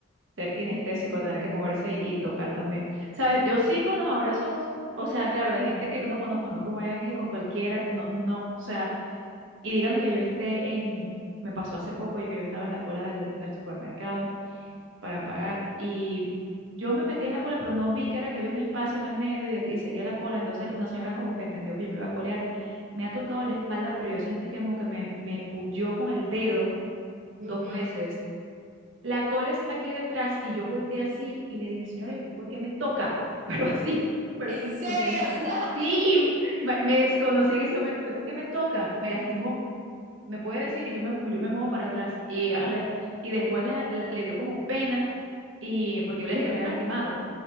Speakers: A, on the right (about 80°); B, on the right (about 40°).
A: ser kinestésico, tener que moverse y tocar también. ¿Sabes? Yo sí con los abrazos, o sea, claro, de gente que uno conozco, no que voy a que con cualquiera, no, no. O sea, y dígame que yo esté en, me pasó hace poco, yo que yo estaba en la cola del, del supermercado para pagar. Y yo me metí en la cola, pero no vi que era que había un espacio en el medio y, de- y seguía la cola. Entonces una señora como que entendió que yo me iba a colear. Me ha tocado la espalda, pero yo sentí que como que me, me puyó con el dedo dos
B: ujú.
A: veces. La cola es aquí detrás y yo volteé así y le dije, señora, ¿y usted por qué me toca? <laughs> Pero así, pero
B: ¿En serio?
A: porque me...
B: <laughs>
A: Sí, me, me desconocí en ese momento. ¿Usted por qué me toca? Me lastimó. Me puede decir y yo me, yo me muevo para atrás y agarré. Y después la- la- le dio como pena y porque yo le dije que me había lastimado.